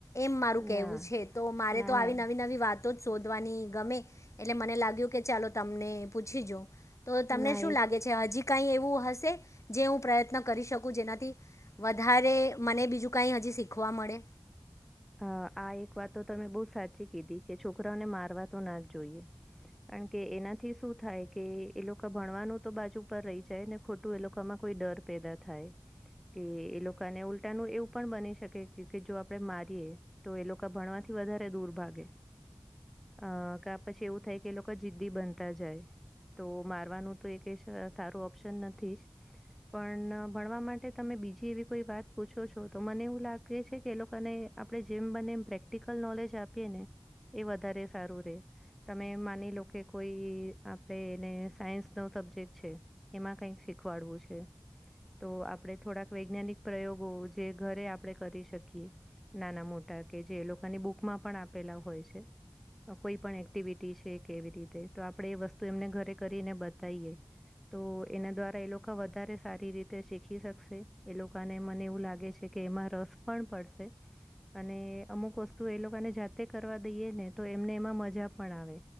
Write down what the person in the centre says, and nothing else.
ના
ના
ના
ના
એક
હ આ એક વાત તો તમે બઉ સાચી કીધી કે છોકરાઓને મારવા તો ના જ જોઈએ. કારણ કે એનાથી શું થાય કે એ લોકો ભણવાનું તો બાજુ પર રહી જાય ને ખોટું એ લોકોમાં. કોઈ ડર પેદા થાય કે એ લોકોને ઉલટાનું એવું પણ બની શકે. જો આપડે મારીએ તો એ લોકો ભણવાથી વધારે દૂર ભાગે. અ કે પછી એવું થાય કે એ લોકો જિદ્દી બનતા જાય. તો મારવાનું તો એક સારું ઓપ્શન નથી જ પણ ભણવા માટે તમે. બીજી એવી કોઈ વાત પૂછો છો તો મને એવું લાગે છે, કે એ લોકોને. આપણે જેમ બને એમ પ્રેક્ટિકલ નોલેજ આપીએ ને એ વધારે સારું રે. તમે માની લો કે કોઈ આપડે એને સાયન્સ નો સબ્જેક્ટ છે, એમાં કઈક શી ખવાડવું છે. તો આપણે થોડાક વૈજ્ઞાનિક પ્રયોગો જે ઘરે આપણે કરી શકીએ. નાના મોટા કે જે એ લોકોની બુકમાં પણ આપેલા હોય છે. કોઈ પણ એક્ટિવિટી છે, કેવી રીતે તો આપણે એ વસ્તુ એમને ઘરે કરીને બતાવીએ. તો એના દ્વારા એ લોકો વધારે સારી રીતે શીખી શકશે એ લોકોને મને એવું લાગે છે. કે એમાં રસ પણ પડશે. અને અમુક વસ્તુ એ લોકોને જાતે કરવા દઈએે ને તો એમને એમાં મજા પણ આવે.